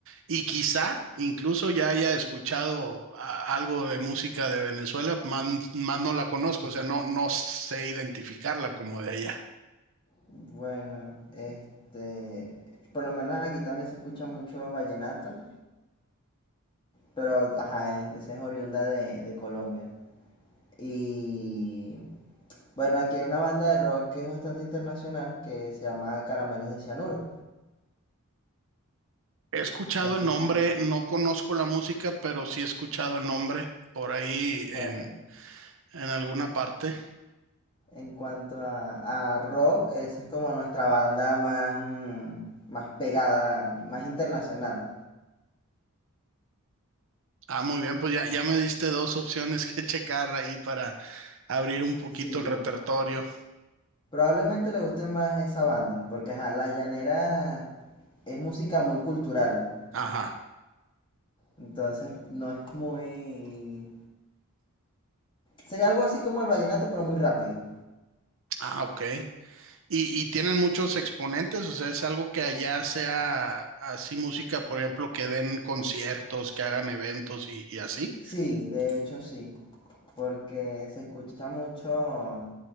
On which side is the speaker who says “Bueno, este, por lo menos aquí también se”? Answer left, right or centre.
Left